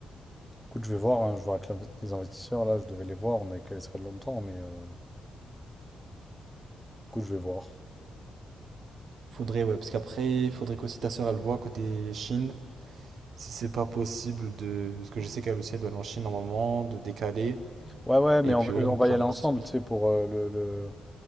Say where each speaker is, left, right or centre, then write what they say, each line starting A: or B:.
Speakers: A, in the centre; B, on the right.
A: Écoute, je vais voir, hein, Je vois avec l'inv- les investisseurs, là, je devais les voir, on avait calé ça longtemps, mais euh, écoute, je vais voir.
B: Faudrait, ouais, parce qu'après, faudrait qu'aussi ta sœur elle voit côté Chine, si c'est pas possible de. Parce que je sais qu'elle aussi, elle doit aller en Chine normalement, de décaler.
A: Ouais, ouais, mais
B: Et
A: on,
B: puis,
A: va
B: ouais,
A: on
B: on
A: va
B: fera
A: y aller
B: un petit
A: ensemble, tu sais, pour euh, le, le-